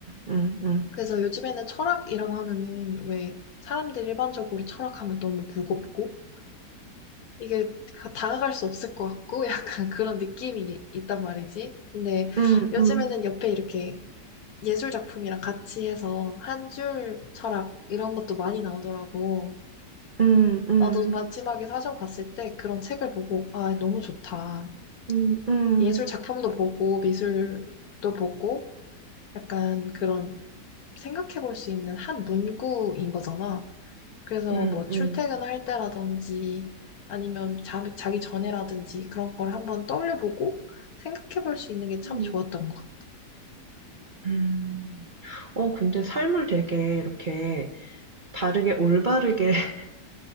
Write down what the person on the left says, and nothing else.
그래서 요즘에는 철학이라고 하면은 왜 사람들이 일반적으로 철학하면 너무 무겁고 이게 가- 다가갈 수 없을 것 같고 <laughs> 약간 그런 느낌이 있단 말이지. 근데
요즘에는
옆에 이렇게 예술 작품이랑 같이 해서 한줄 철학 이런 것도 많이 나오더라고.
나도 마지막에 사전 갔을 때 그런 책을 보고 아, 너무 좋다.
예술 작품도 보고 미술도 보고 약간 그런 생각해 볼 수 있는 한 문구인 거잖아. 그래서
뭐 출퇴근할
때라든지 아니면 자, 자기 전에라든지 그런 걸 한번 떠올려보고 생각해 볼 수 있는 게 참
좋았던 것 같아.